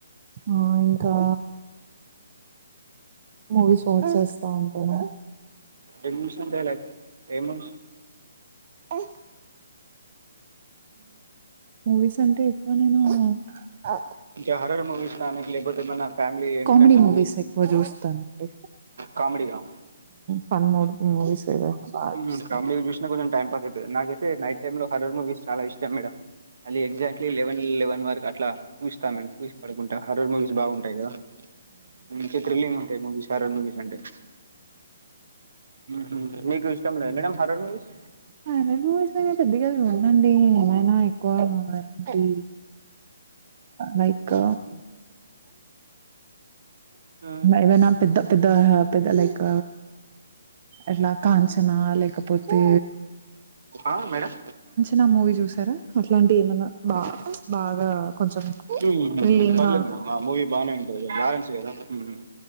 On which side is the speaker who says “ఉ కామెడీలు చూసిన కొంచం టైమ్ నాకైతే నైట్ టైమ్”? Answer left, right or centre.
Right